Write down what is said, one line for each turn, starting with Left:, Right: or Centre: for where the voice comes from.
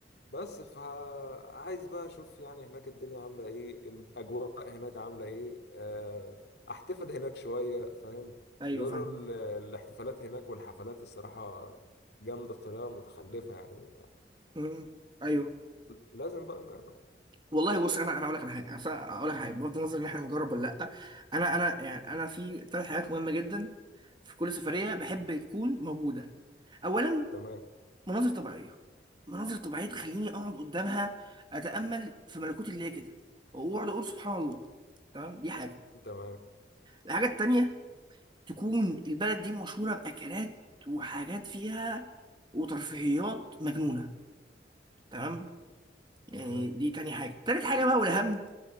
Left: بس فعايز بقى اشوف يعني هناك الدنيا عاملة ايه الاجواء هناك عاملة ايه آه، احتفل هناك شوية فاهم
Right: ايوه
Left: بيقولوا
Right: فاهم
Left: ال- الاحتفالات هناك والحفلات الصراحة جامدة بطريقة متخلفة يعني
Right: مم. ايوه
Left: فلازم بقى نجرب
Right: والله بص انا انا اقول لك على حاجه انا اقول لك على حاجه بغض النظر ان احنا نجرب ولا لا انا انا يعني انا في ثلاث حاجات مهمه جدا في كل سفريه بحب تكون موجوده اولا
Left: تمام
Right: مناظر طبيعيه مناظر طبيعيه تخليني اقعد قدامها اتامل في ملكوت الله كده واقعد اقول سبحان الله تمام دي حاجه
Left: تمام
Right: الحاجه التانيه تكون البلد دي مشهوره باكلات وحاجات فيها وترفيهيات مجنونه تمام يعني
Left: تمام
Right: دي تاني حاجه تالت حاجه بقى والاهم